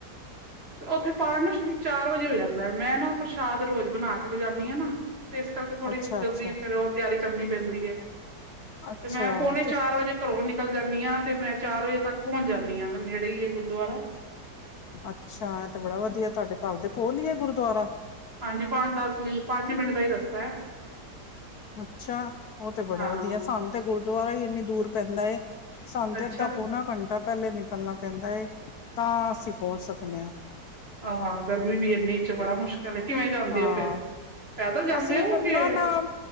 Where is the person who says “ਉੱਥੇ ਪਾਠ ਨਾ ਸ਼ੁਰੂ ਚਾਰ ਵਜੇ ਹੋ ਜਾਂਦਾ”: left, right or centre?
Right